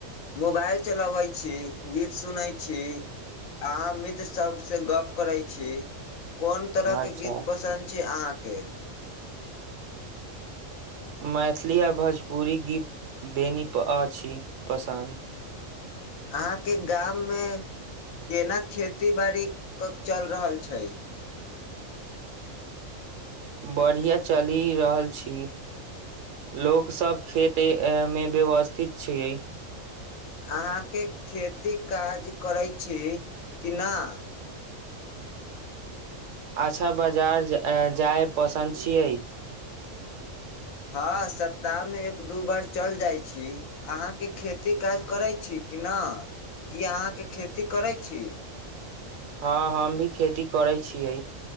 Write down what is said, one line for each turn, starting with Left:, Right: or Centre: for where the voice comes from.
Left: मोबाइल चलाबै छी गीत सुनैत छी अहाँ मित्र सबसँ गप। करै छी कोन तरहके
Right: अच्छा
Left: गीत पसन्द छी अहाँ। के।
Right: मैथिली आ भोजपुरी गीत बेनीप अछि पसन्द।
Left: अहाँके गाम मे केना खेती बाड़ी चलि रहल छै।
Right: बढ़िआ चलि रहल छी लोकसभ खेत मे व्यवस्थित छियै।
Left: अहाँके खेती काज करैत छी कि नहि।
Right: अछा बाजार जाइ पसन्द छियै।
Left: हँ सप्ताहमे एक दू बार चलि जाइ छी अहाँके खेती काज करै छी कि नहि क अहाँके खेती करै छी।
Right: हँ हम भी खेती करै छियै